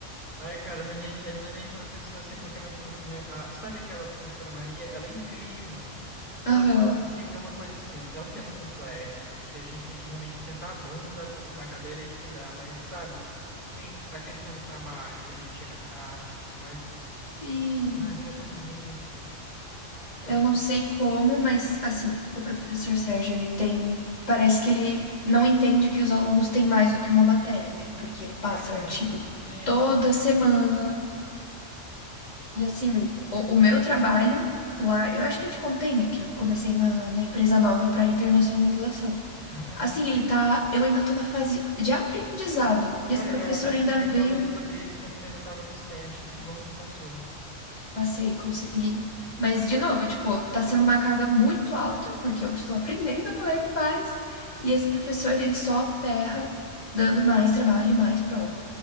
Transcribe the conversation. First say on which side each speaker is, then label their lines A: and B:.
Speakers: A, on the left (about 35°); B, on the left (about 75°).
A: Ai, cara, não é nem, é- não é nem professor assim, porque meus prof... minha- a- sabe aquela professora Maria? Ela é incrível.
B: Aham.
A: Porém, fica uma coisa assim, ó, é um tema complexo que a gente tem que realmente sentar a bunda p- na cadeira e estudar, mas sabe, tem a questão do trabalho, que a gente chega tarde e tudo mais.
B: Sim,
A: Ai, fica tão corrido. Por causa-
B: eu não sei como, mas assim, o professor Sérgio, ele tem, parece que ele não entende que os alunos têm mais do que uma matéria, né? Porque ele passa
A: Cara,
B: artigo
A: sempre,
B: toda
A: sempre.
B: semana.
A: sempre.
B: E assim, o, o meu trabalho lá, eu acho que eu te contei, né, que eu comecei na, na empresa nova para internacionalização.
A: Ah,
B: Assim, ele tá, eu ainda tô na fase de aprendizado
A: Cara,
B: e esse professor
A: eu acho que
B: ainda
A: tu me
B: vem,
A: falou sobre isso quando tu ainda tava nos testes. Que bom que tu passou.
B: passei, consegui. Mas de novo, tipo, tá sendo uma carga muito alta porque eu estou aprendendo como é que faz e esse professor ele só ferra dando mais trabalho e mais prova.